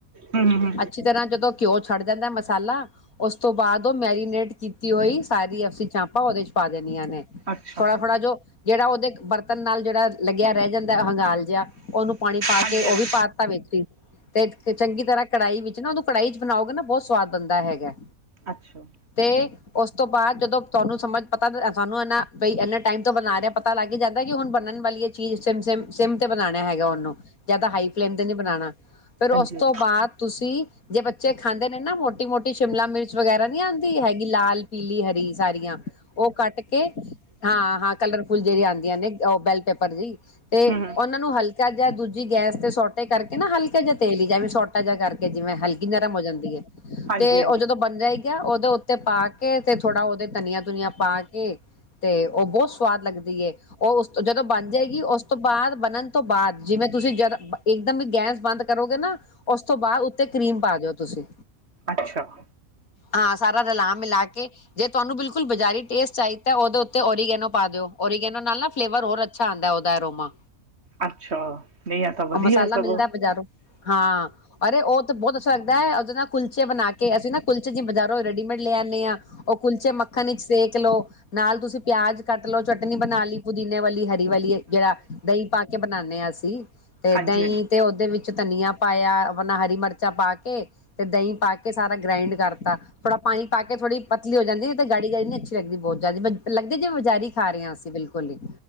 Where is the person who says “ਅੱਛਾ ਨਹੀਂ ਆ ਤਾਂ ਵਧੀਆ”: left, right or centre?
Right